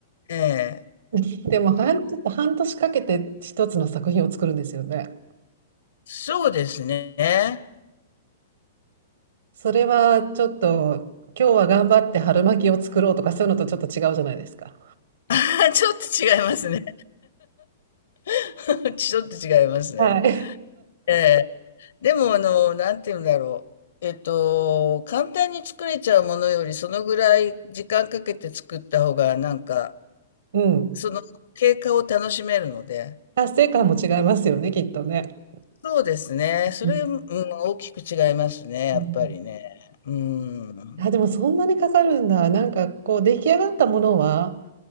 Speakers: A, on the left; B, on the right.
A: ええ、
B: <laughs> でも半、ちょっと半年かけて一つの作品を作るんですよね。
A: そうですね。
B: それはちょっと、今日は頑張って春巻きを作ろうとか、そういうのとちょっと違うじゃないですか。
A: <laughs> ちょっと違いますね。<laughs> ちょっと違いますね。
B: はい。
A: ええでも、あの、なんて言うんだろう。えっと、簡単に作れちゃうものより、そのぐらい時間かけて作った方が、なんか、
B: <laughs> うん。
A: その経過を楽しめるので。
B: 達成感も違いますよね、きっとね。
A: そうですね。
B: うん、
A: それ、うん、大きく違いますね、やっぱりね。
B: うん
A: うん。
B: あ、でもそんなにかかるんだ。なんかこう出来上がったものは、